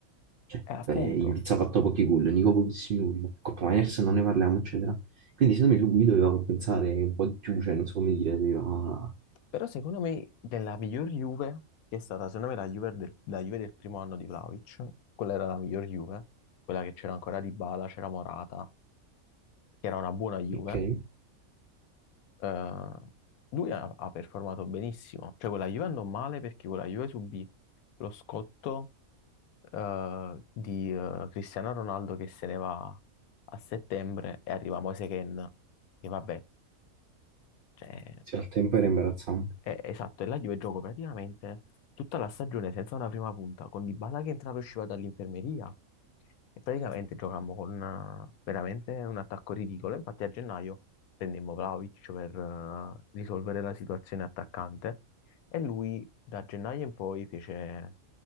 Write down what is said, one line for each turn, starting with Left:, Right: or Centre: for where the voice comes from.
Right: cioè,
Left: è appunto.
Right: eh, il Diz ha fatto pochi gol, Nico pochissimi gol, Coppa Miners non ne parliamo, eccetera. Quindi secondo me lui doveva compensare un po' di più, cioè, non so come dire, doveva...
Left: Però secondo me della miglior Juve, che è stata secondo me la Juve del, la Juve del primo anno di Vlahovic, quella era la miglior Juve, quella che c'era ancora Dybala, c'era Morata, che era una buona Juve.
Right: Ok,
Left: Eh, lui ha, ha performato benissimo, cioè quella Juve andò male perché quella Juve subì lo scotto eh, di eh, Cristiano Ronaldo che se ne va a settembre e arriva Moise Kean, che vabbè, cioè,
Right: sì, al tempo era imbarazzante.
Left: eh, esatto, e la Juve giocò praticamente tutta la stagione senza una prima punta, con Dybala che entrava e usciva dall'infermeria e praticamente giocammo con una- veramente un attacco ridicolo. Infatti a gennaio prendemmo Vlahovic per eh, risolvere la situazione attaccante e lui da gennaio in poi fece